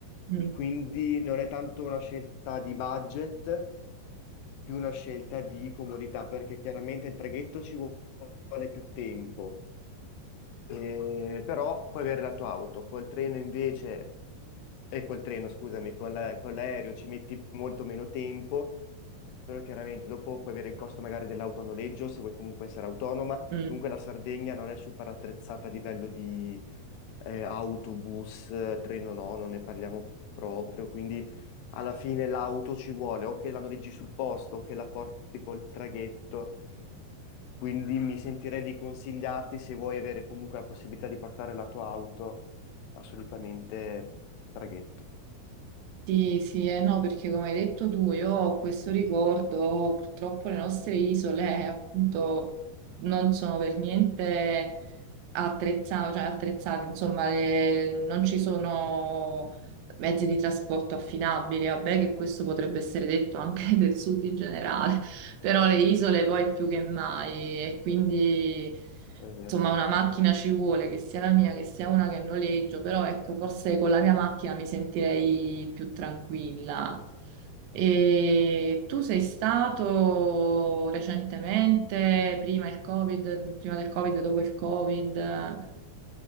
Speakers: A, on the right; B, on the left.
A: mm,
B: quindi non è tanto una scelta di budget più una scelta di comodità, perché chiaramente il traghetto ci vuole più tempo, eh, però puoi avere la tua auto, col treno invece, e col treno, scusami, con la- con l'aereo ci metti molto meno tempo, però chiaramente dopo puoi avere il costo magari dell'auto a noleggio, se vuoi comunque essere autonoma.
A: mm.
B: Comunque la Sardegna non è super attrezzata a livello di eh, autobus, eh, treno no, non ne parliamo proprio, quindi alla fine l'auto ci vuole, o che la noleggi sul posto, o che la porti col traghetto. Quindi mi sentirei di consigliarti, se vuoi avere comunque la possibilità di portare la tua auto, assolutamente traghetto.
A: Sì, sì, eh no, perché come hai detto tu, io ho questo ricordo, purtroppo le nostre isole appunto non sono per niente attrezzate, cioè attrezzate, insomma, le- non ci sono mezzi di trasporto affinabili, vabbè che questo potrebbe essere detto anche <laughs> del sud in generale, però le isole poi più che mai e quindi
B: È vero,
A: insomma
B: è vero.
A: una macchina ci vuole, che sia la mia, che sia una che noleggio, però ecco forse con la mia macchina mi sentirei più tranquilla. E tu sei stato recentemente, prima il Covid, prima del Covid, dopo il Covid?